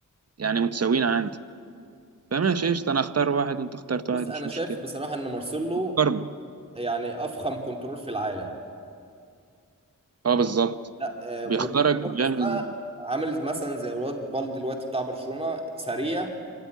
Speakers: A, on the right; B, on the right.
A: يعني متساويين عندي فماشي قشطه انا اختار واحد وانت اخترت
B: بص
A: واحد
B: انا
A: مش
B: شايف
A: مشكله
B: بصراحه ان مارسيلو
A: برضه
B: يعني افخم كنترول في العالم
A: اه بالظبط
B: لا آه،
A: بيختارك
B: روبرتو كارلوس
A: بيعمل
B: بقى عامل مثلا زي الواد بالدي دلوقتي بتاع برشلونه سريع